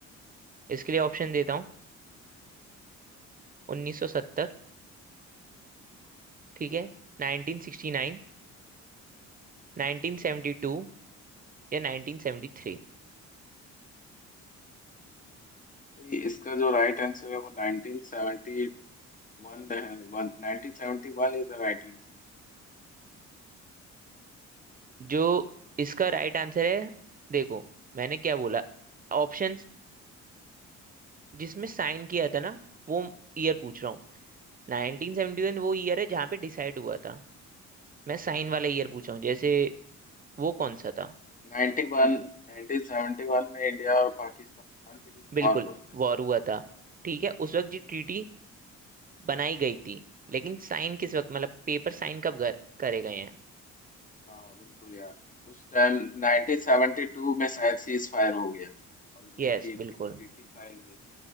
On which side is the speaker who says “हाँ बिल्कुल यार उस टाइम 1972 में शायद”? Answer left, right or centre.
Left